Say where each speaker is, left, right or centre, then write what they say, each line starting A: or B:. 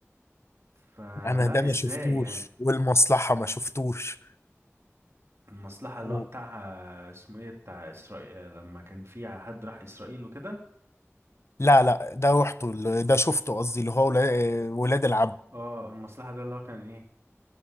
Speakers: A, on the right; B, on the left.
A: فلا
B: انا ده ما
A: ازاي
B: شفتوش
A: يعني
B: والمصلحه ما شفتوش
A: المصلحة اللي
B: و...
A: هو بتاعها اسمه ايه بتاع اسرائيل لما كان في حد راح اسرائيل وكده
B: لا لا ده رحته ال- ده شفته قصدي اللي هو ولا- ولاد
A: و-
B: العم
A: اه المصلحة ده اللي هو كان ايه